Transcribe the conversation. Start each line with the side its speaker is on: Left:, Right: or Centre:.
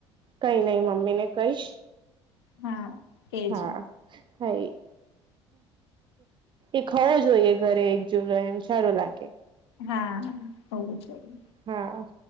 Right: કઈ નહી મમ્મી ને કહીશ.
Left: હા. એજ
Right: હા હૈ એ ખવો જોઈએ ઘરે એકજૂલો એમ સારું લાગે.
Left: હા હોવું જોઈ
Right: હા